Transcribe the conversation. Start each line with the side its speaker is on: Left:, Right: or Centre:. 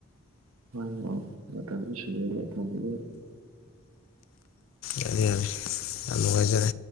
Right: ꯍꯝ ꯊꯥꯡꯁꯨ ꯁꯨꯖꯅ ꯊꯥꯡꯕꯤꯦ
Left: ꯌꯥꯅꯤ ꯌꯥꯅꯤ ꯌꯥꯝ ꯅꯨꯡꯉꯥꯏꯖꯔꯦ